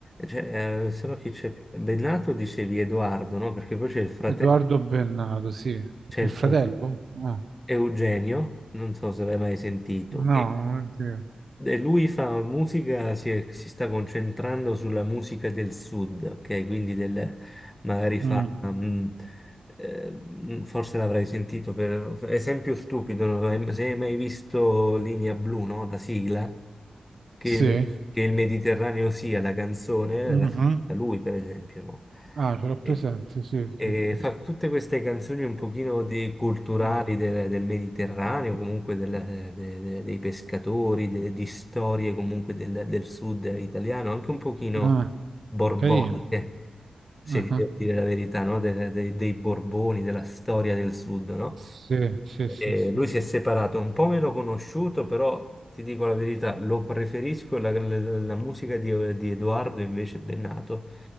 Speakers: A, on the left; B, on the right.
A: Cioè, eh, se no chi c'è più? Bennato dicevi Edoardo, no? Perché poi c'è il fratello,
B: Edoardo Bennato, sì.
A: c'è
B: Il
A: il
B: fratello?
A: fratello
B: Ah,
A: Eugenio, non so se l'hai mai sentito,
B: no, oddio.
A: E lui fa musica, si, è- si sta concentrando sulla musica del sud, ok? Quindi del, magari fa,
B: Mm,
A: mm, eh, mm, forse l'avrai sentito per esempio stupido, non l'hai- se hai mai visto Linea Blu, no? La sigla, che
B: sì.
A: il, che il Mediterraneo sia la canzone,
B: Mhm.
A: la scritta lui per esempio, no?
B: Ah, ce l'ho presente,
A: E,
B: sì,
A: e
B: sì, sì.
A: fa
B: sì.
A: tutte queste canzoni un pochino de- culturali
B: Mm.
A: del, del Mediterraneo, comunque del- de- de- dei pescatori, de- di storie comunque del, del sud italiano, anche un pochino
B: Ah,
A: borboniche,
B: carino.
A: se
B: Ah,
A: ti
B: ah.
A: devo dire la verità, no? De- de- dei Borboni, della storia del sud, no?
B: Sì, sì, sì,
A: E
B: sì,
A: lui
B: sì.
A: si è separato, un po' meno conosciuto, però ti dico la verità, lo preferisco, la, la- la musica di, di Edoardo invece Bennato,